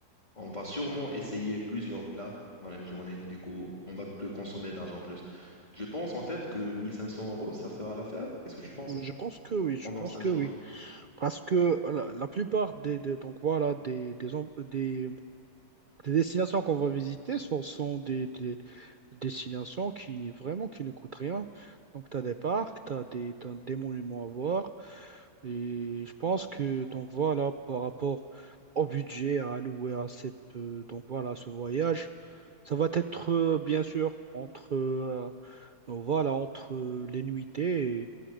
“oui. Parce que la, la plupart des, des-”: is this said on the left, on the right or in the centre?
Right